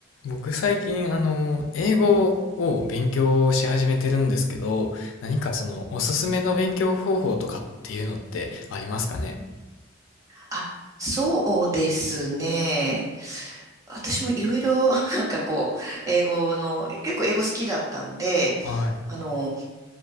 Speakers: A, on the left; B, on the right.
A: 僕最近、あの、英語を勉強し始めてるんですけど、何かその、おすすめの勉強方法とかっていうのってありますかね
B: あ、そうですね。私もいろいろ、なんかこう、英語の、結構英語好きだったんで、
A: はい。
B: あの、